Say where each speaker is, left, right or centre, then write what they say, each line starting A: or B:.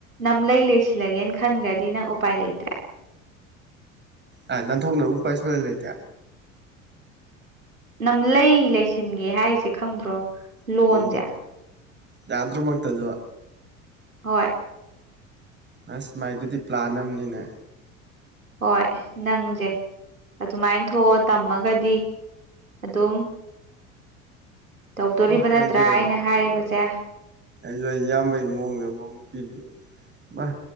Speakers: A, on the right; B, on the right.
A: ꯅꯝꯂꯩ ꯂꯩꯁꯤꯜꯂꯒꯦꯅ ꯈꯟꯈ꯭ꯔꯗꯤ ꯅꯪ ꯎꯄꯥꯏ ꯂꯩꯇ꯭ꯔꯦ
B: ꯑ ꯅꯟꯣꯛꯅꯕꯕꯨ ꯄꯥꯏꯁꯜꯂ ꯂꯩꯇꯦ
A: ꯅꯝ ꯂꯩ ꯂꯩꯁꯤꯟꯒꯦ ꯍꯥꯏꯁꯦ ꯈꯪꯗ꯭ꯔꯣ ꯂꯣꯟꯣꯟꯖꯦ
B: ꯑꯣ ꯌꯥꯗ꯭ꯔꯃꯛꯇꯁꯨ
A: ꯍꯣꯏ
B: ꯑꯁ ꯃꯥꯏꯗꯨꯗꯤ ꯄ꯭ꯂꯥꯟ ꯑꯃꯅꯤꯅꯦ
A: ꯍꯣꯏ ꯅꯪꯁꯦ ꯑꯗꯨꯃꯥꯏꯅ ꯊꯣꯛꯑꯣ ꯇꯝꯃꯒꯗꯤ ꯑꯗꯨꯝ ꯇꯧꯗꯣꯔꯤꯕ
B: ꯑꯣ
A: ꯅꯠꯇ꯭ꯔꯥ
B: ꯑꯩꯁꯨ
A: ꯑꯩꯅ ꯍꯥꯏꯔꯤꯕꯁꯦ
B: ꯑꯩꯁꯨ ꯑꯩ ꯏꯌꯥꯝꯕꯩ ꯃꯑꯣꯡꯗ ꯃꯧ ꯅꯨꯄꯤꯗꯨ ꯃꯥ